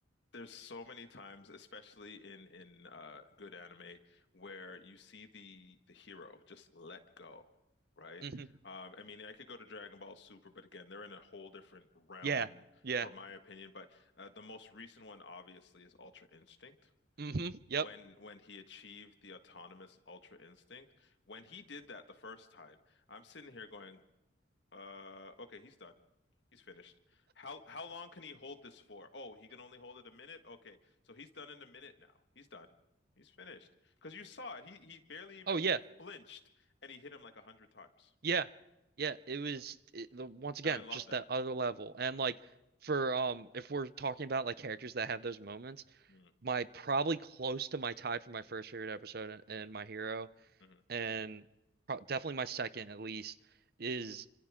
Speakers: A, on the left; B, on the right.
A: There's so many times, especially in in uh, good anime, where you see the the hero just let go, right?
B: Mhm.
A: Um, I mean, I could go to Dragon Ball Super, but again, they're in a whole different realm,
B: Yeah. Yeah.
A: for my opinion. But uh, the most recent one, obviously, is Ultra Instinct.
B: Mm-hmm. Yep.
A: When when he achieved the autonomous Ultra Instinct, when he did that the first time, I'm sitting here going, uh, okay, he's done. He's finished. How how long can he hold this for? Oh, he can only hold it a minute. Okay, so he's done in a minute now. He's done. He's finished. Because you saw it. He he barely even
B: Oh yeah.
A: flinched, and he hit him like a hundred times.
B: Yeah. Yeah. It was it, the once again
A: And I love
B: just
A: that.
B: that other level. And like for um if we're talking about like characters that have those moments,
A: Mm,
B: my probably close to my tie for my first favorite episode and, and My Hero
A: mhm.
B: and pro definitely my second at least is